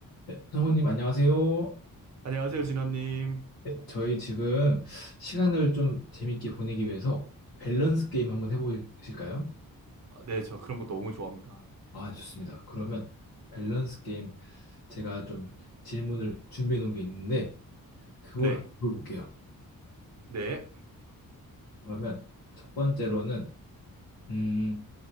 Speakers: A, on the left; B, on the right.
A: 네, 성우님 안녕하세요.
B: 안녕하세요, 진원님.
A: 네, 저희 지금 시간을 좀 재밌게 보내기 위해서 밸런스 게임 한번 해보실까요?
B: 아, 네, 저 그런 거 너무 좋아합니다.
A: 아, 좋습니다. 그러면 밸런스 게임 제가 좀 질문을 준비해 놓은 게 있는데 그걸
B: 네,
A: 한번 물어볼게요.
B: 네,
A: 그러면 첫 번째로는 음,